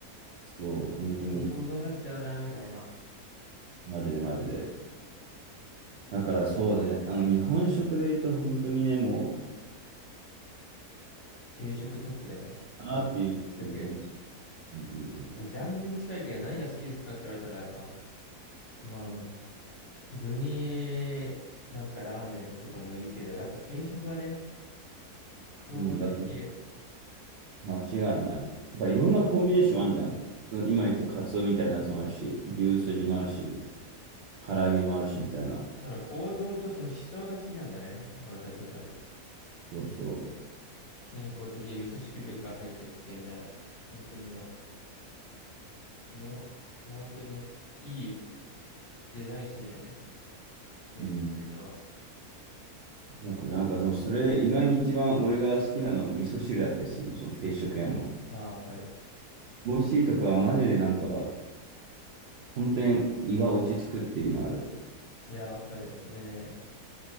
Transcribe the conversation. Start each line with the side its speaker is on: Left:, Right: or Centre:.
Right: そう、本当に、
Left: これもうまかったよな、みたいな。
Right: マジでマジで。だからそうね、あの日本食で言うと本当にね、もう、
Left: 定食トップだよね。
Right: あーっていうのは本当に強い、
Left: ぶっちゃけ。
Right: うんうん
Left: ジャンルに近いけど何が好きですかって言われたら、まあ、まあ、具に、なんかラーメンとかも言うけど、やっぱ定食はね、総合的に、
Right: うん。うん、だって間違いない。やっぱいろんなコンビネーションあんじゃん。その今言ったカツオみたいなやつもあるし、牛すじもあるし、唐揚げもあるしみたいな。
Left: その構造とその思想が好きなんだよね。俺たちは多分。
Right: そうそ
Left: 健康的に味噌汁から入ってって、みたいな。本当にもう、日本、もう本当にね、いいデザインしてるよね。定食というのは。
Right: う。うん。なんか、なんかでもそれで意外に一番俺が好きなのは味噌汁だったりするの、その定食屋の。
Left: ああ、わかる。
Right: 美味しいとかはマジでなんか、本当に胃が落ち着くっていうのある。
Left: いや、わかる。それね。